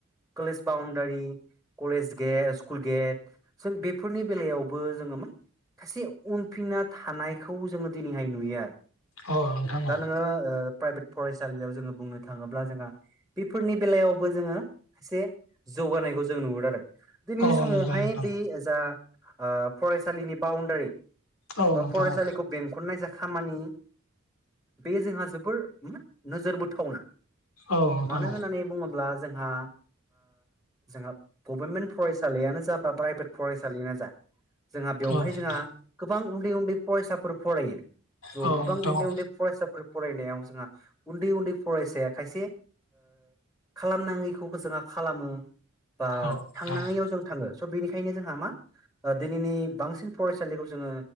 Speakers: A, in the centre; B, on the left.
A: college boundary college gate school gate सों बेफोरनि बेलायाव बो जोङो खायसे उनफिनना थानायखौ जोङो दिनैहाय नुयो आरो।
B: औ नोंथां
A: दा
B: औ
A: नोङो प्राइभेट फरायसालियाव जोङो बुंनो थाङोब्ला जोंहा। बेफोरनि बेलायावबो जोङो सासे जौगानायखौ जों नुहुरदों आरो। दिनैनि
B: औ
A: समावहाय
B: नंगौ नोंथां
A: बे जा फरायसालिनि बाउणडारि
B: औ
A: बा
B: नोंथां
A: फरायसालिखौ
B: औ
A: बेंखननाय जा खामानि बे जोंहा जोबोर नोजोर बथावनो
B: औ नोंथां
A: मानो
B: औ
A: होननानै बुङोब्ला जोंहा जोंहा गभर्मेन्ट फरायसालियानो जा बा प्राइभेट फरायसालियानो जा जोंहा
B: औ
A: बेवहाय
B: नोंथां
A: जोंहा गोबां उन्दै उन्दै फरायसाफोर फरायो ज'
B: औ
A: गोबां
B: नोंथां
A: उन्दै
B: औ
A: उन्दै फरायसाफोर फरायनायाव जोंहा उन्दै उन्दै फरायसाया खायसे खालामनाङैखौ जोंहा खालामो बा
B: औ नोंथां
A: थांनाङैाव जों थाङो स' बेनिखायनो जोंहा मा दिनैनि बांसिन फरायसालिखौ जोङो